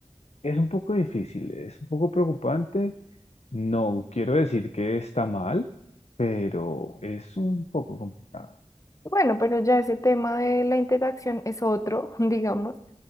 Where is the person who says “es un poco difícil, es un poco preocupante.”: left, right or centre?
Left